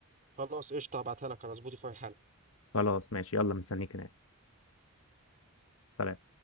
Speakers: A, on the right (about 35°); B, on the left (about 70°).
A: خلاص قشطة هبعتها لك على سبوتيفاي حالا
B: خلاص ماشي يلا مستنيك هناك سلام